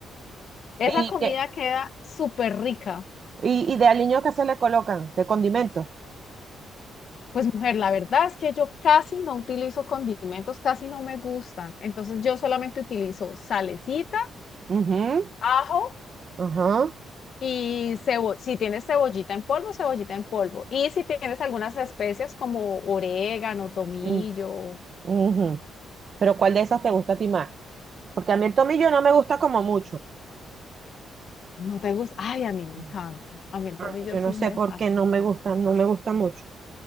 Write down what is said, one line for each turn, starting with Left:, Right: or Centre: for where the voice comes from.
Left: Esa
Right: Y,
Left: comida
Right: que,
Left: queda súper rica.
Right: y, y de aliños que se le colocan, de condimentos.
Left: Pues mujer, la verdad es que yo casi no utilizo condimentos, casi no me gustan. Entonces yo solamente utilizo salecita,
Right: Ujú,
Left: ajo
Right: Ajá.
Left: y cebo si tienes cebollita en polvo, cebollita en polvo. Y si tienes algunas especias como orégano, tomillo,
Right: mm, ujú. Pero ¿cuál de esas te gusta a ti más? Porque a mí el tomillo no me gusta como mucho.
Left: no te gusta. Ay, a mí me
Right: Ujú.
Left: encanta. A mí el
Right: Ah,
Left: tomillo
Right: Yo
Left: sí
Right: no sé
Left: me
Right: por
Left: fascina.
Right: qué no me gusta, no me gusta mucho.